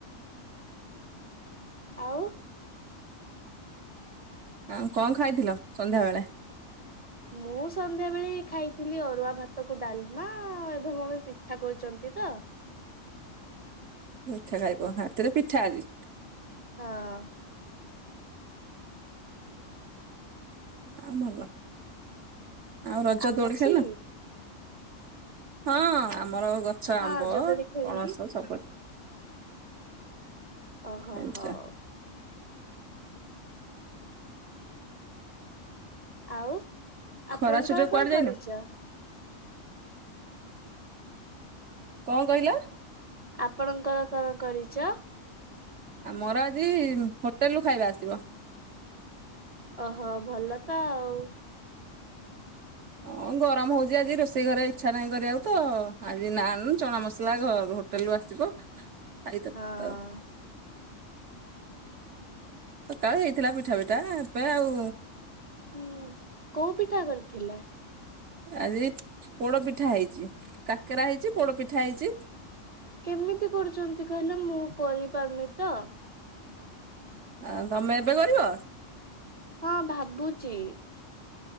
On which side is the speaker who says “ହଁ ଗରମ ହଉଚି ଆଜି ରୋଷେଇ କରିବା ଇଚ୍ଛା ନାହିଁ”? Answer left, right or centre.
Right